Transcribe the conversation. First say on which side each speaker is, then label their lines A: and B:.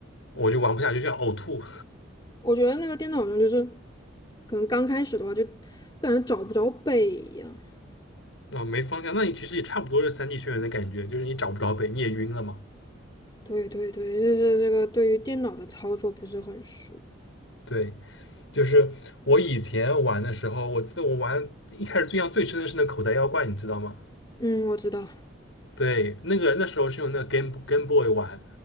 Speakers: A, on the left (about 70°); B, on the left (about 20°).
A: 我就玩不下去，就想呕吐，
B: 我觉得那个电脑上就是，可能刚开始的话就感觉找不着北一样。
A: 啊，没方向。那你其实也差不多是三 d 眩晕的感觉，就是你找不着北，你也晕了嘛。
B: 对对对，就是这个对于电脑的操作不是很熟。
A: 对，就是我以前玩的时候，我记得我玩一开始印象最深的是那口袋妖怪，你知道吗？
B: 嗯，我知道。
A: 对，那个那时候是用那个 Game Game Boy 玩，